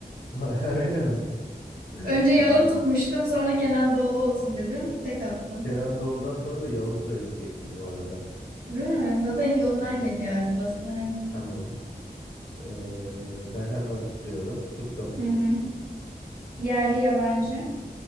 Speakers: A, on the left (about 70°); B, on the right (about 60°).
A: <laughs> Öyle mi? <laughs>
B: Önce yalın
A: Çok iyi.
B: tutmuştum sonra Kenan Doğulu olsun dedim. Tek attım.
A: Kenan Doğulu'dan sonra da yalan söyleyecektim bu arada.
B: Değil mi? Zaten ilk onlar
A: Evet.
B: geliyor akla sanırım.
A: Tamam. E, ben hemen tutuyorum. Tuttum.
B: Hı hı. Yerli yabancı.